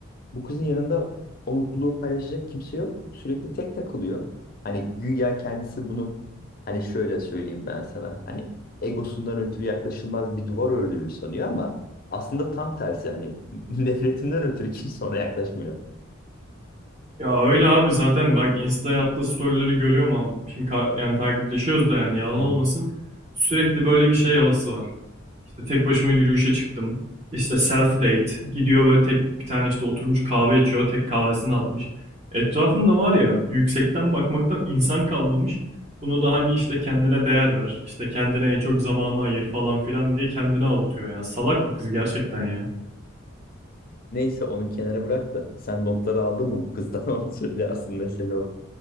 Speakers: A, on the left; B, on the right.
A: Bu kızın yanında o mutluluğu paylaşacak kimse yok. Sürekli tek takılıyor. Hani güya kendisi bunu hani şöyle söyleyeyim ben sana. Hani egosundan ötürü yaklaşılmaz bir duvar ördüğünü sanıyor ama aslında tam tersi hani <laughs> nefretinden ötürü kimse ona yaklaşmıyor.
B: Ya öyle abi zaten bak Insta'ya attığı storyleri görüyorum ama şimdi ka- yani takipleşiyoruz da yani yalan
A: Hı
B: olmasın.
A: hı.
B: Sürekli böyle bir şey havası var. İşte tek başıma yürüyüşe çıktım. İşte self date gidiyor böyle tek bir tane işte oturmuş kahve içiyor tek kahvesini atmış. Etrafında var ya yüksekten bakmaktan insan kalmamış. Bunu da hani işte kendine değer ver işte kendine en çok zamanı ayır falan filan diye kendini avutuyor yani salak bu kız gerçekten ya.
A: Neyse onu kenara bırak da sen notları aldın mı bu kızdan <laughs> onu söyle asıl mesele o.